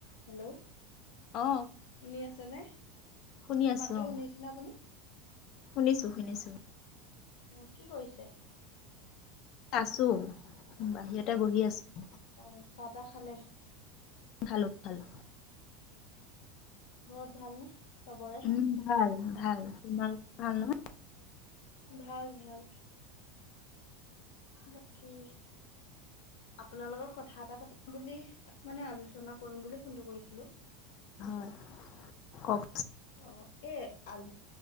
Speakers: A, on the left (about 65°); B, on the left (about 35°).
A: Hello
B: অ
A: শুনি আছে নে।
B: শুনি
A: মোৰ
B: আছো
A: মাতো
B: অ
A: শুনিছেনে আপুনি।
B: শুনিছো শুনিছো।
A: অ কি কৰিছে।
B: আছো বাহিৰতে বহি আছো।
A: অ চাহ তাহ খালে
B: খালো খালো।
A: ঘৰত ভালনে চবৰে?
B: উম ভাল ভাল তোমাল ভাল নহয়।
A: ভাল ভাল বাকী। আপোনাৰ লগত কথা এটা পাতিম বুলি মানে আলোচনা কৰিম বুলি ফোনটো কৰিছিলো।
B: হয় কক।
A: অ এ আজি